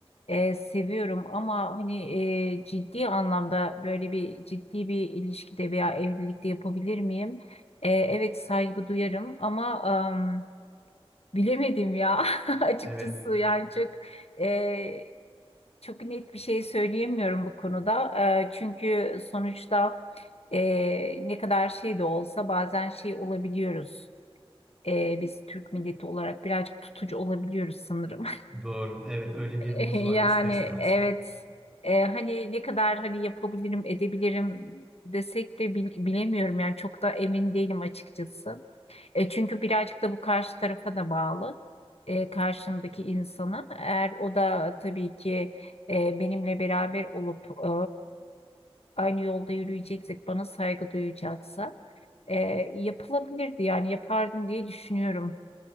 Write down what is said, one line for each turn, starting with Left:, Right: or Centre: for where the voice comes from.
Left: e, seviyorum ama hani e, ciddi anlamda böyle bir ciddi bir ilişkide veya evlilikte yapabilir miyim? E, evet saygı duyarım ama em, bilemedim ya <laughs> açıkçası
Centre: Evet.
Left: yani çok. e, çok net bir şey söyleyemiyorum bu konuda. Eee, çünkü sonuçta eee, ne kadar şey de olsa bazen şey olabiliyoruz. Eee, biz Türk milleti olarak birazcık tutucu olabiliyoruz sanırım.
Centre: Doğru. Evet öyle
Left: <laughs>
Centre: bir yanımız
Left: Yani
Centre: var ister istemez.
Left: evet E, hani ne kadar hani yapabilirim edebilirim desek de bil- bilemiyorum yani çok da emin değilim açıkçası. E, çünkü birazcık da bu karşı tarafa da bağlı. E, karşımdaki insana. Eğer o da tabii ki e, benimle beraber olup e, aynı yolda yürüyeceksek bana saygı duyacaksa e, yapılabilirdi yani yapardım diye düşünüyorum.